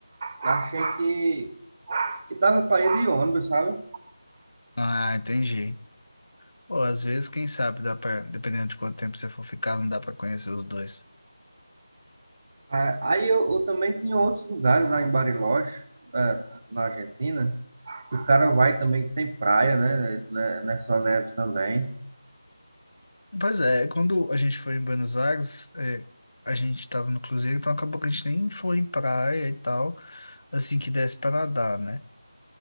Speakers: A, on the right; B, on the left.
A: achei que, que dava para ir de ônibus, sabe?
B: Ah, entendi. Pô, às vezes, quem sabe, dá pra, dependendo de quanto tempo você for ficar, não dá pra conhecer os dois.
A: Ah, Aí eu, eu também tinha outros lugares lá em Bariloche, é, na Argentina, que o cara vai também, que tem praia, né? Né- Nessa neve também.
B: Pois é, quando a gente foi em Buenos Aires, é, a gente tava no cruzeiro, então acabou que a gente nem foi em praia e tal, assim que desse pra nadar, né?